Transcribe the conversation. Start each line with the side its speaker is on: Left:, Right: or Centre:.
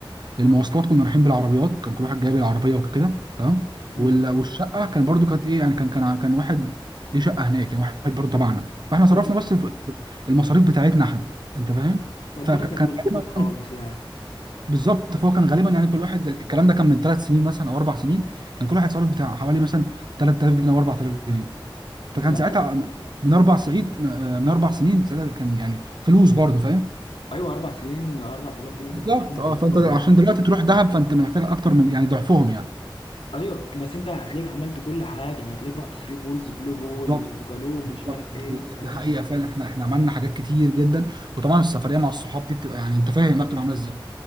Right: المواصلات كنا رايحين بالعربيات كان كل واحد جايب العربيه وكده تمام
Left: امم
Right: وال- والشقه كان برضو كانت ايه يعني كان كان ع- كان واحد ليه شقه هناك يعني واحد برضو تبعنا فاحنا
Left: ده
Right: صرفنا
Left: انتوا كده
Right: بس في في المصاريف بتاعتنا احنا انت فاهم
Left: فالدنيا
Right: فكان
Left: كانت في الخفيف
Right: غالبا
Left: خالص يعني
Right: بالظبط فهو كان غالبا يعني كل واحد الكلام ده كان من ثلاث سنين مثلا او اربع سنين كان كل واحد صرف بتاع حوالي مثلا 3000 جنيه او 4000 جنيه
Left: لا
Right: فكان ساعتها
Left: ده
Right: من اربع سعيد من اربع سنين ساعتها كان يعني فلوس برضو فاهم
Left: ايوه اربع سنين 4000 جنيه انت
Right: بالظبط
Left: بتتكلم
Right: اه
Left: في رقم
Right: فانت عشان دلوقتي تروح
Left: بس
Right: دهب فانت محتاج اكتر من يعني ضعفهم يعني
Left: ايوه بس انت هتلاقيك عملت كل حاجه يعني، هتلاقيك رحت ثري بولز بلو هول
Right: بالظبط
Left: وجالوب
Right: بالظبط
Left: مش عارف ايه الكلام
Right: ده حقيقه
Left: ده.
Right: فعلا احنا احنا عملنا حاجات كتير جدا وطبعا السفريه مع الصحاب دي بتبقى يعني انت فاهم ما بتبقى عامله ازاي